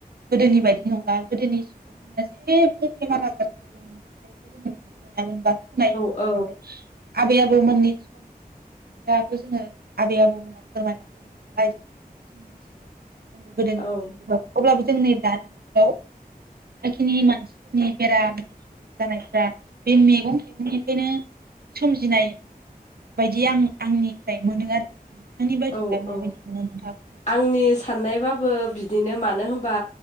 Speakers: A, on the right (about 80°); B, on the left (about 50°).
A: गोदोनि बायदि नंला गोदोनि सुबुंफोरना जेबो बेमार आजारखौ जों अन्थाइखौ जों नुनो मोनामोन
B: औ
A: <unintelligible> आबै आबो <unintelligible> खोथाखौ जोङो आबै आबौमोना फोरमायना होयोमोन नालाय जों बेफोरखौ जों मोनथियो
B: औ
A: <unintelligible> जोंनि दानि जुगाव जाखिनि मानसिफोरनि बेराम जानायफोरा बे मेगं थाइगंनिफ्रायनो सोमजिनाय बायदि आं आंनिफ्राय मोनो आरो नोंथांनि बायदिब्ला
B: औ
A: माबायदि
B: औ
A: मोनो नोंथाङा फोरमायनो हागोन
B: आंनि
A: नामा?
B: साननायबा बो बिदिनो मानो होनबा